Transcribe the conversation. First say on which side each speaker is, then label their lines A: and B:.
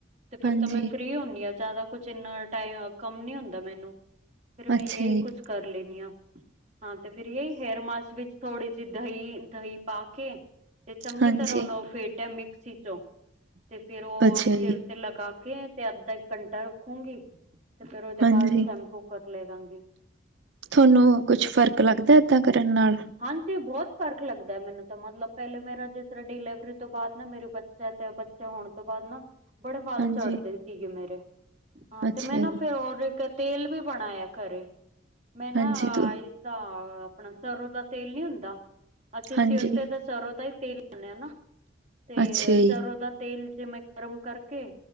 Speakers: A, on the right; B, on the right.
A: ਤੇ ਫਿਰ
B: ਹਾਂਜੀ
A: ਤਾਂ ਮੈਂ ਫਰੀ ਹੁਨੀ ਆ ਜੈਦਾ ਕੁਛ ਇੰਨਾ ਟਾਈਮ ਅ ਕੰਮ ਨੀ ਹੁੰਦਾ ਮੈਨੂੰ ਫਿਰ ਮੈਂ
B: ਅੱਛਾ
A: ਯੇਈ
B: ਜੀ
A: ਕੁਛ ਕਰ ਲੈਨੀ ਆਂ ਆਂ ਤੇ ਫੇਰ ਯਈ ਹੇਅਰ ਮਾਸ ਵਿੱਚ ਥੋੜ੍ਹੀ ਜੀ ਧਈ ਧਈ ਪਾ ਕੇ ਤੇ ਚੰਗੀ
B: ਹਾਂਜੀ
A: ਤਰ੍ਹਾਂ ਉਨੁੰ ਫੇਂਟਿਆ ਮਿਕਸੀ ਚੋਂ ਤੇ ਫੇਰ ਓ
B: ਅੱਛਾ
A: ਹੁਣ
B: ਜੀ
A: ਸਿਰ ਤੇ ਲਗਾ ਕੇ ਤੇ ਅੱਧਾ ਇੱਕ ਘੰਟਾ ਰੱਖੂਗੀ। ਤੇ ਫੇਰ ਓਦੇ
B: ਹਾਂਜੀ
A: ਬਾਅਦ ਸ਼ੈਂਪੂ ਕਟ ਲੇਦਾਂਗੀ।
B: ਥੋਨੂੰ ਕੁਛ ਫ਼ਰਕ ਲੱਗਦੈ ਏਦਾਂ ਕਰਨ ਨਾਲ
A: ਹਾਂਜੀ, ਬੌਤ ਫ਼ਰਕ ਲੱਗਦੈ ਮੈਨੂੰ ਤਾਂ ਮਤਲਬ ਪੈਲੇ ਮੇਰਾ ਜਿਸ ਤਰ੍ਹਾਂ ਡਿਲੀਵਰੀ ਤੋਂ ਬਾਦ ਨਾ ਮੇਰੀ ਬ ਤੇ ਤੇ ਬੱਚੇ ਹੋਣ ਤੋਂ ਬਾਅਦ ਨਾ ਬੜੇ ਵਾਲ
B: ਹਾਂਜੀ
A: ਝੜਦੇ ਸੀਗੇ ਮੇਰੇ ਹਾਂ,
B: ਅੱਛਾ
A: ਤੇ ਮੈਂ ਨਾ
B: ਜੀ
A: ਫਿਰ ਔਰ ਤੇ ਤੇਲ ਵੀ ਬਣਾਇਐ ਘਰੇ ਮੈਂ ਨਾ
B: ਹਾਂਜੀ ਤੂੰ
A: ਆਇਤਾ ਆਪਣਾ ਸਰੋਂ ਦਾ ਤੇਲ ਨੀ ਹੁੰਦਾ ਅਸੀਂ
B: ਹਾਂਜੀ
A: ਸਿਰ ਤੇ ਤੇ ਸਰੋਂ ਦਾ ਈ ਤੇਲ ਲਾਨੇ ਆਂ ਨਾ ਤੇ
B: ਅੱਛਾ ਜੀ
A: ਸਰੋਂ ਦਾ ਤੇਲ ਜਿਵੇਂ ਗਰਮ ਕਰਕੇ